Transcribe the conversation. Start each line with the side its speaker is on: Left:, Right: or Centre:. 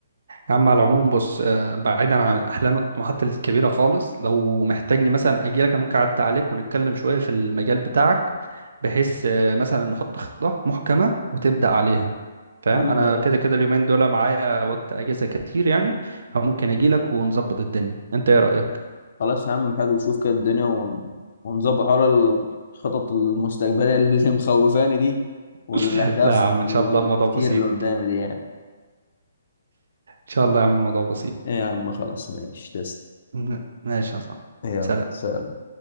Right: يا عم على العموم بص آه، بعيدا عن الاحلام والطموحات الكبيره خالص لو محتاجني مثلا اجي لك أنا ممكن اعدي عليك ونتكلم شويه في المجال بتاعك بحيث آه، مثلا نحط خطه محكمه وتبدا عليها فاهم
Left: يا عم
Right: انا كده كده اليومين دول معايا وقت اجازه كتير يعني فممكن اجي لك ونظبط الدنيا انت ايه رايك
Left: خلاص يا عم حلو شوف كده الدنيا ون- ونظبط حوار الخطط المستقبلية اللي <laughs> مخوفاني دي والأهداف
Right: <laughs> لا يا عم ان
Left: الكتير
Right: شاء الله الموضوع بسيط
Left: اللي قدامي دي يعني
Right: ان شاء الله يا عم الموضوع بسيط
Left: إيه يا عم خلاص ماشي تسلم
Right: <laughs> ماشي يا صاحبي
Left: يلا
Right: سلام
Left: سلام.